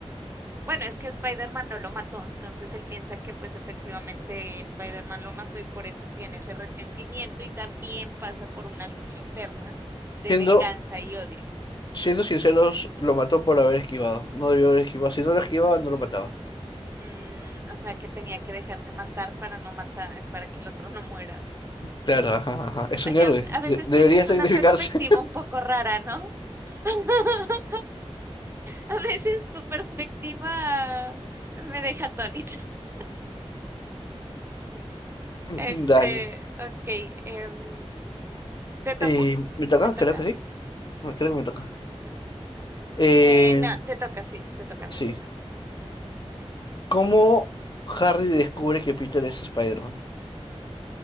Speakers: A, on the right; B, on the left.
A: bueno, es que Spider-Man no lo mató, entonces él piensa que pues efectivamente Spider-Man lo mató y por eso tiene ese resentimiento y también pasa por una lucha interna de
B: Siendo,
A: venganza y odio.
B: siendo sinceros, lo mató por haber esquivado. No debió haber esquivado. Si no lo esquivaba, no lo mataba.
A: Mm, o sea, que tenía que dejarse matar para no matar, para que el otro <laughs> no muera.
B: Claro, ajá, ajá. Es
A: Oye,
B: un héroe.
A: a veces
B: De- debería
A: tienes una
B: sacrificarse.
A: perspectiva un poco rara, ¿no? <laughs> A veces tu perspectiva me deja atónita. <laughs>
B: <laughs>
A: Este,
B: Dale.
A: ok, em, ¿te toca?
B: Eh, ¿me toca?
A: ¿Me toca?
B: Creo que sí. Bueno, Creo que me toca. Eh,
A: Eh, no, te toca, sí, te toca, te
B: sí.
A: toca.
B: ¿Cómo Harry descubre que Peter es Spider-Man?